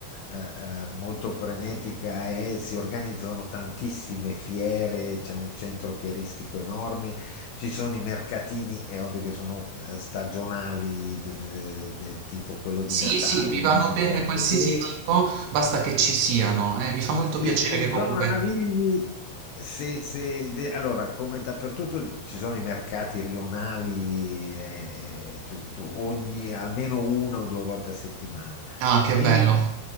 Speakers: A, on the left (about 80°); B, on the right (about 80°).
A: eh, eh, molto frenetica e si organizzano tantissime fiere, c'è un centro fieristico enorme ci sono i mercatini, è ovvio che sono eh, stagionali, de- de- de- tipo quello di
B: Sì,
A: Natale
B: sì, mi vanno
A: piuttosto
B: bene qualsiasi
A: che
B: tipo, basta che ci siano. Eh, mi fa molto
A: i-
B: piacere
A: In
B: che comunque...
A: zona Navigli, se, se- de- allora, come dappertutto ci sono i mercati rionali, eh, eh, tu- tu- ogni, almeno una o due volte a settimana,
B: Ah, che
A: e
B: bello.
A: in-